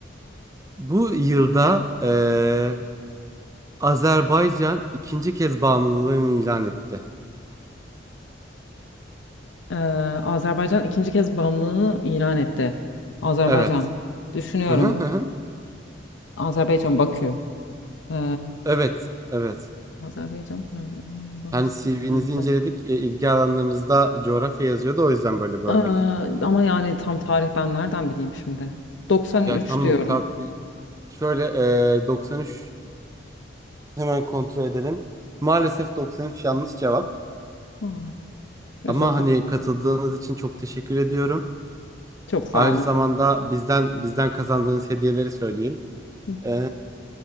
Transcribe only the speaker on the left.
E, Azerbaycan ikinci kez bağımlılığını ilan etti. Azerbaycan.
Düşünüyorum.
Azerbaycan Bakü. E,
Azerbaycan Tayvan, bağımsız-
nerede?
Aa,
ama yani tam tarih ben nereden bileyim şimdi? 93
diyorum.
Aa, üzüldüm.
Çok sağ
olun.
Hı,